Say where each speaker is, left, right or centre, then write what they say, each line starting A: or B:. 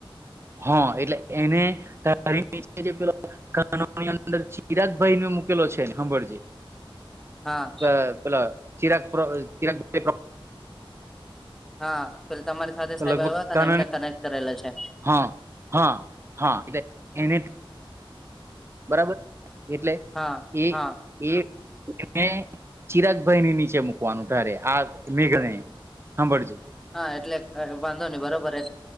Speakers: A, on the right; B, in the centre.
A: હા એટલે એને તારીનઅંદર <unintelligible> જે પેલો કાનોની અંદર ચિરાગ ભાઈ મૂકેલો છે ને હાભળજે
B: હા.
A: ત પેલા ચિરાક પ્રો ચિરાક પે
B: હા પસી તમારી સાથે સાયેબ
A: લગભગ
B: આયવા તા
A: કાના
B: ને એમને કનેક્ટ કરેલા છે.
A: હા હા હા એને <inaudible> બરાબર એટલે
B: હા
A: એ
B: હા
A: એ એને ચિરાગભાઈની નીચે મૂકવાનું તારે આ મેઘણે હાભળજે
B: હા એટલે વાંધો ની બરોબર એ